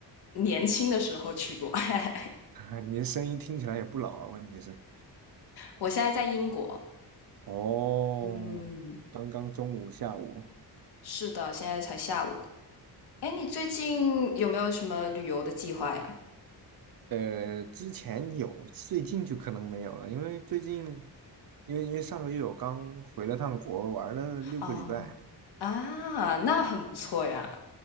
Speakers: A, on the left; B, on the right.
A: 年轻的时候去过，<laughs>
B: <laughs> 你的声音听起来也不老啊。问题是，
A: 我现在在英国。
B: 哦，
A: 嗯，
B: 刚刚中午、下午，
A: 是的，现在才下午。哎，你最近有没有什么旅游的计划呀？
B: 呃，之前有，最近就可能没有了，因为最近，因为因为上个月我刚回了趟国，玩了六个礼拜。
A: 哦，啊，那很不错呀。